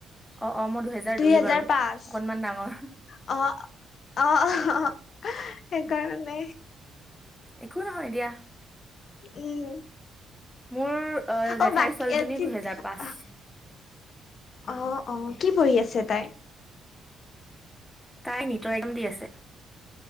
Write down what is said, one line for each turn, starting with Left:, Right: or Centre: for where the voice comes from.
Centre: অ', অ', মই দুহেজাৰ দুই
Left: হেজাৰ
Centre: বাৰু। অকনমান
Left: পাঁচ
Centre: ডাঙৰ।
Left: অ', অ', অ', অ', সেইকাৰণে।
Centre: একো নহয় দিয়া।
Left: উম।
Centre: মোৰ জেঠাই
Left: অ', বা
Centre: ছোৱালীজনী
Left: কি
Centre: দুহেজাৰ পাঁচ
Left: <unintelligible> অ', অ', কি পঢ়ি আছে তাই?
Centre: তাই নিটৰ এক্সাম দি আছে।